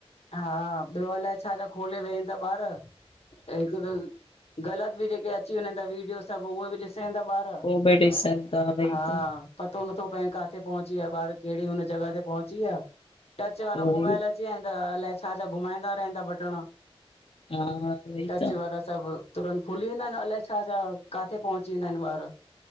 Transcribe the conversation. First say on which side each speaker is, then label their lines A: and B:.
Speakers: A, on the left; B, on the left.
A: हा ॿियो अलाए छा छा खोले वेहनि था ॿार हिकु त ग़लति के अची वञ वीडियो सभ उहे बि ॾिसाई ईंदा ॿार
B: पो बि ॾिसनि था वई
A: हा
B: त
A: पतो नथो पए किथे पहुचीिया ॿार कहिड़ी हुन जॻह ते पहुचीिया टच वारा
B: वई
A: मोबाइल अलाए छा छा घुमाईंदा रहंदा बटण
B: हा वई
A: टच
B: त
A: वारा सभु तुरंत खुली वेंदा आहिनि अलाए छा छा किथे पहुची वेंदा आहिनि ॿार